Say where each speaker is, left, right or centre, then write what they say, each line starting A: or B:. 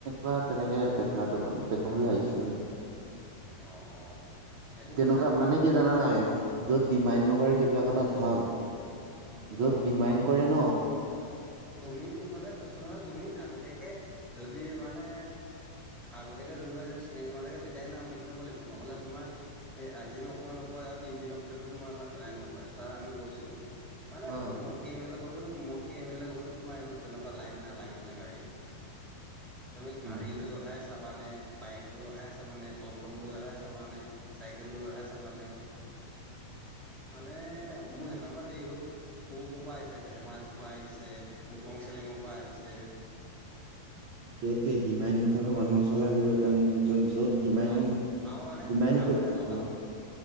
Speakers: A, on the right (about 65°); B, in the centre.
A: কা তেনেকে দেখাটো ভাল দেখাম বুলি ভিছিল নেকি।
B: অ', অ', একো পইচা
A: তেনেকুৱা
B: ডিমাণ্ড
A: মানে
B: নকৰে
A: কি জানা নাই য'ত ডিমাইণ্ড নকৰে সেইবিলাক তাত ভাল
B: অ'।
A: য'ত ডিমাইণ্ড কৰে ন
B: এ তুমি মুঠতে কৈছো নহয় তুমি আগতীয়াকে যদি মানে আগতীয়াকে যোনবা যদি চিনাকি মানুহ থাকে তেতিয়ে নাম লিখি থব লাগিব নহলে তোমাৰ সেই আজি নপোৱা নপোৱা আৰু তিন দিনৰ পিছতো তোমাৰ লাইন নপোৱা তাৰ আমি গৈছো। মানে
A: অ
B: তোমাৰ মন্ত্ৰী এম এৰ লগত। <unintelligible> এয়া এম এল এ ঘৰতো তোমাৰ তেনেকুৱা লাইন নালাগে মানে গাড়ী। তুমি
A: উম
B: গাড়ী লৈ অহাই আছা চাবানে বাইক লৈ অহাই চাবানে টমটম লৈ অহাই চাবানে চাইকেল লৈ অহাই চাবা নাই মানে। মোৰ সেইকাৰণ পৰা দেৰি হ'ল ক' ক'ৰ পৰা আহিছে ধেমাজি আহিছে মকং চেলেঙৰ পৰা আহিছে।
A: সেইটোয়ে ডিমাইণ্ড নথকা মানুহৰ ওচৰলে আহিব কাৰণ য'ত ডিমাইন
B: আহ আহ মানে
A: ডিমাইন
B: আহ
A: কৰি
B: মানে লগালগ।
A: অ